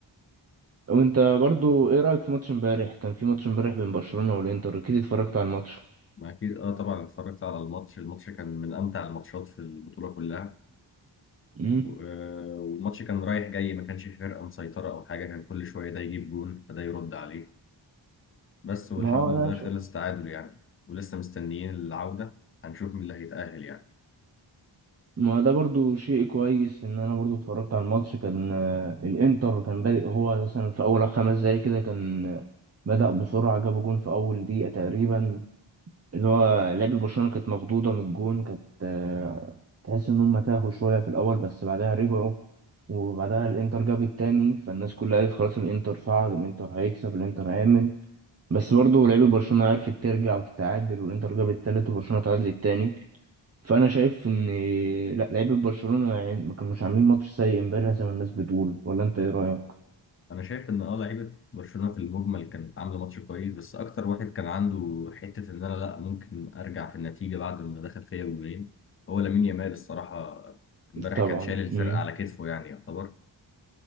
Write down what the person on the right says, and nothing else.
وانت برضو ايه رأيك في ماتش امبارح كان في ماتش امبارح بين برشلونة والانتر اكيد اتفرجت على الماتش
مم.
ما هو
ده
ما ده برضو شيء كويس ان انا برضو اتفرجت على الماتش كان آه، الانتر كان بادئ هو مثلا في اول خمس دقايق كده كان آه، بدأ بسرعة جاب جون في اول دقيقة تقريبا اللي هو لعب برشلونة كانت مخضوضة من الجون كانت آه، تحس ان هم تاهوا شوية في الاول بس بعدها رجعوا وبعدها الانتر جاب التاني فالناس كلها قالت خلاص الانتر صعد الانتر هيكسب الانتر هيعمل بس برضو لعيبة برشلونة عرفت ترجع وتتعادل والانتر جاب التالت وبرشلونة تعادل التاني فانا شايف ان لا لعيبه برشلونه يعني ما كانوش عاملين ماتش سيء امبارح زي ما الناس بتقول ولا انت ايه رايك
طبعا
امم